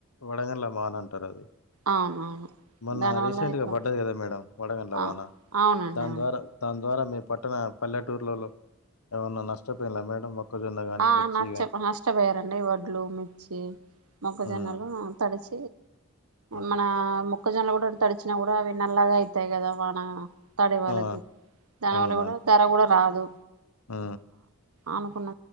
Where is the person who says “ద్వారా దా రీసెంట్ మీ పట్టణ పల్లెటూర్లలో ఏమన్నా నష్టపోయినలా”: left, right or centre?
Left